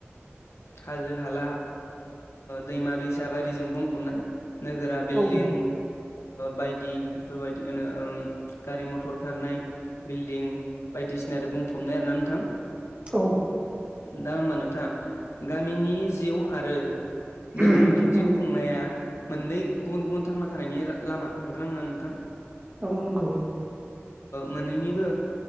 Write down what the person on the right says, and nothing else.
औ
औ
उम
औ नंगौ